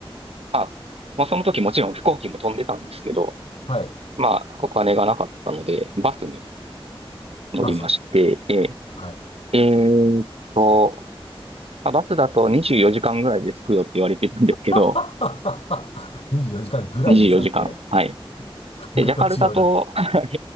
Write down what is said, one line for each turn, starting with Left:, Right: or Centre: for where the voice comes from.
Right: あ、まあその時もちろん飛行機も飛んでたんですけど、
Left: はい、
Right: まあお金がなかったので、バスに乗りまして、
Left: バス。
Right: え
Left: はい。
Right: ーえーっと、まあバスだと24時間ぐらいで着くよって言われてたんですけど、
Left: <laughs> 24時間ぐらいですよって、
Right: 24時間。はい。
Left: 感覚が違うな。
Right: で、ジャカルタと、<laughs>